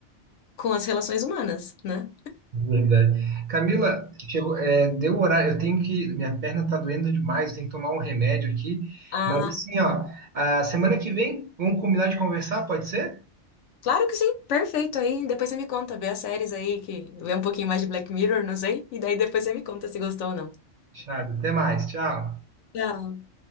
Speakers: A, on the left (about 75°); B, on the right (about 50°).
A: com as relações humanas, né?
B: verdade. Camila, chegou, é, deu o horário, eu tenho que, minha perna tá doendo demais, eu tenho que tomar um remédio aqui,
A: Ah,
B: mas assim, ó, a semana que vem, vamos combinar de conversar, pode ser?
A: claro que sim. Perfeito aí. Depois você me conta, vê as séries aí que vê um pouquinho mais de Black Mirror, não sei, e daí depois você me conta se gostou ou não.
B: Fechado, até mais, tchau.
A: Tchau.